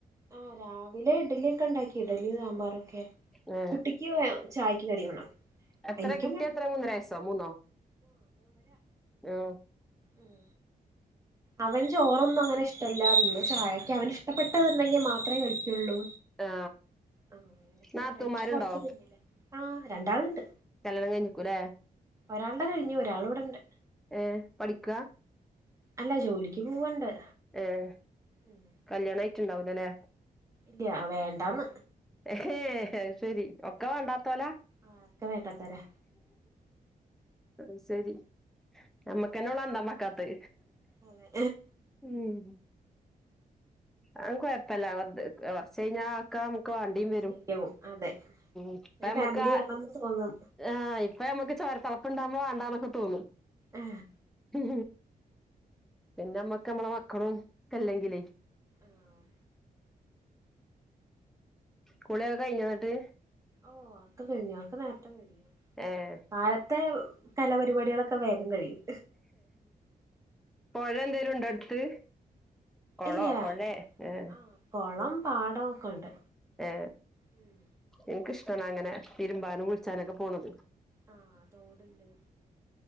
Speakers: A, on the right; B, in the centre.
A: ആഹ് രാവിലെ ഇഡലിയൊക്കെ ഇണ്ടാക്കി ഇഡലി സാമ്പാറൊക്കെ
B: ഏ,
A: കുട്ടി ഇക്ക് ചായക്ക് കടി വേണം.
B: എത്രേ
A: എനിക്കും
B: കുട്ടി
A: വേണം
B: എത്ര മൂന്നരവയസ്സോ മൂന്നോ ആഹ്
A: ഉം അവന് ചോറൊന്നും അങ്ങനെ ഇഷ്ടല്ല പിന്നെ ചായക്ക് അവന് ഇഷ്ടപ്പെട്ടത്ണ്ടെങ്കി മാത്രേ കഴിക്കോള്ളൂ.
B: ആ
A: ആഹ് അങ്ങനക്കെ
B: നാത്തൂമാരുണ്ടോ
A: കഴിക്കാൻ കൊറച്ച് പിന്നില ആഹ് രണ്ടാൾണ്ട്.
B: കല്യാണം കെയ്ഞ്ഞ്ക്കുലേ.
A: ഒരാള് ടെ കഴിഞ്ഞു ഒരാളിവിടെണ്ട്.
B: ഏഹ് പഠിക്ക?
A: അല്ല ജോലിക്ക് പോവണ്ട്.
B: ഏഹ്
A: ഉം.
B: കല്യാണായിറ്റ്ണ്ടാവൂലലേ.
A: ഇ വേണ്ടന്ന്.
B: ഏഹ് അത് ശരി ഒക്കെ വാണ്ടാത്തോല
A: ആഹ് ഒക്കെ വേണ്ടാത്തവരാ
B: അത് സെരി നമ്മക്കന്നൊളളു അന്തം വെക്കാത്തേ
A: അതെ
B: ഉം അയ്കൊഴപ്പല്ല കൊറച്ച കഴിഞ്ഞാ ആക്ക ക വാണ്ടി
A: ഒക്കെ
B: വരും
A: ശരിയാവും അതെ
B: ഇപ്പേ
A: ഒരു
B: ഞമ്മക്കാ
A: ഫാമിലി വേണംന്ന് തോന്നും
B: ആഹ് ഇപ്പ ഞമക്ക് ചോര തളപ്പുണ്ടാവുമ്പോ മാണ്ടാന്നൊക്കെ തോന്നും.
A: ആഹ്
B: ഉ പിന്നെ നമ്മക്ക് നമ്മളെ മക്കളും ഒക്ക ഇല്ലെങ്കിലേ
A: ആഹ്
B: കുളിക്കെ കയിഞ്ഞോ ന്നട്ട്
A: ഓ അഒക്കെ കയിഞ്ഞു അഒക്കെ നേരത്തെ കഴിഞ്ഞു.
B: ഏഹ്
A: കാലത്തെ കലാപരിപാടികളൊക്കെ വേഗം കഴിയും.
B: പോഴ എന്തേലും ണ്ടോ എടുത്ത് കൊളോ
A: ഇല്ല
B: പൊഴേ ഏഹ്
A: ആഹ് കൊളം പാടക്കെ ഉണ്ട്
B: ഏ
A: ഉം
B: ഇൻക്ക് ഇഷ്ടാണ് അങ്ങനെ തിരുമ്പാനും കുളിച്ചാനൊക്കെ പോണത്
A: ആഹ് തോട്ണ്ട്